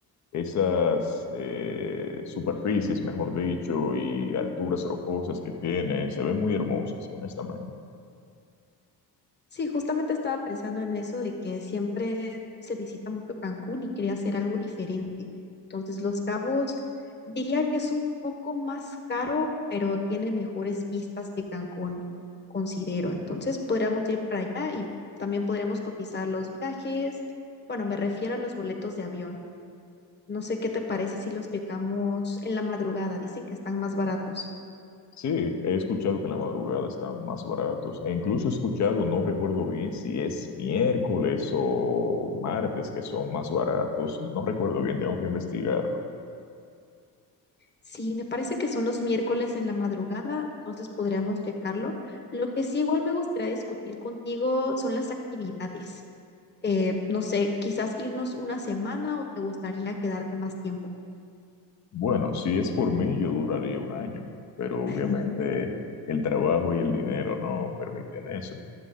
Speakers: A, on the left; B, on the left.
A: esas eh, superficies, mejor dicho, y alturas rocosas que tiene, se ven muy hermosas, honestamente.
B: Sí, justamente estaba pensando en eso de que siempre se visita mucho Cancún y quería hacer algo diferente. Entonces, Los Cabos diría que es un poco más caro, pero tiene mejores vistas que Cancún, considero. Entonces, podríamos ir para allá y también podríamos cotizar los viajes. Bueno, me refiero a los boletos de avión. No sé qué te parece si los checamos en la madrugada. Dicen que están más baratos.
A: Sí, he escuchado que en la madrugada están más baratos, e incluso he escuchado, no recuerdo bien si es miércoles o martes que son más baratos, no no recuerdo bien, tengo que investigarlo.
B: Sí, me parece que son los miércoles en la madrugada, entonces podríamos checarlo. Lo que sí igual me gustaría discutir contigo son las actividades. Eh, no sé, quizás irnos una semana o te gustaría quedarte más tiempo.
A: Bueno, si es por mí, yo duraría un año, pero obviamente
B: <laughs>
A: el trabajo y el dinero no permiten eso.